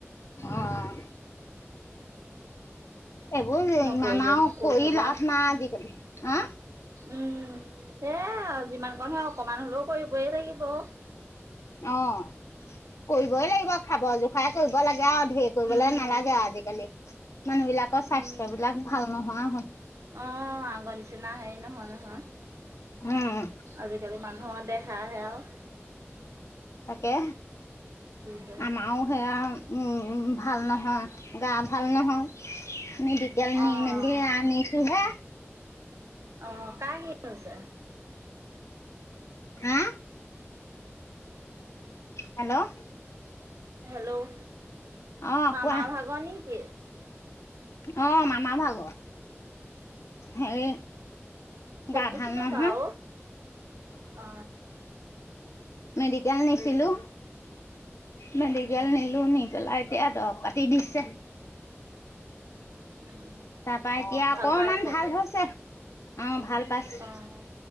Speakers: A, on the left; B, on the right.
A: অ', এইবোৰ যে
B: নকৰিলেনো
A: ইমান আৰু
B: ক'ত
A: কৰি
B: হ'ব
A: লাভ
B: আৰু।
A: নাই আজিকালি হা
B: উম সেযাই‌ আৰু যিমান কম সেই অকমান হলেও কৰিবয়েই লাগিব ।
A: আহ কৰিবই লাগিব খাব জোখাই কৰিব লাগে আৰু ধেৰ কৰিবলৈ
B: উম,
A: নালাগে আৰু আজি কালি মানুহ বিলাকৰ
B: উম।
A: স্বাস্থ্য বিলাক ভাল নোহোৱা হয়
B: অ', আগৰ নিচিনা হেৰি‌ নহয় মানুহৰ
A: উম
B: আজিকালি মানুহৰ দে হা হে আৰু
A: তাকে
B: যিহে
A: আমাৰও সেয়া উম ভাল নহয় গা ভাল নহয় আমি বিতিয়াল
B: অ',
A: নি মেলি আনিছো হে
B: অ', কাৰ কি হৈছে?
A: হা হেল্ল'
B: হেল্ল'
A: অ
B: মামা
A: কোৱা
B: ভাগৰ নেকি?
A: অ মামা ভাগৰ হেৰি
B: শুনিছিলো
A: গা ভাল নহয়
B: বাও অ
A: মেডিকেল নিছিলো মেডিকেল
B: অ',
A: নিলো নি পেলাই এতিয়াতো পাতি দিছে,
B: উম,
A: তাৰপা এতিয়া
B: ভাল
A: অকমান
B: পাই আছে
A: ভাল
B: এতিয়া?
A: হৈছে অ ভাল পাইছে
B: অ',